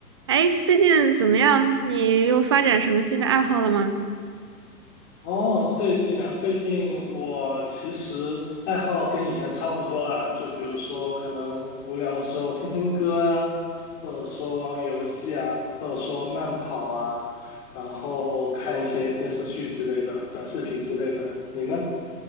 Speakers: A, on the right; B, on the left.
A: 哎，最近怎么样？你又发展什么新的爱好了吗？
B: 哦，最近啊，最近我其实爱好跟以前差不多啦，就比如说可能无聊的时候我听听歌啊，或者说玩玩游戏啊，或者说慢跑啊，然后看一些电视剧之类的，短视频之类的。你呢？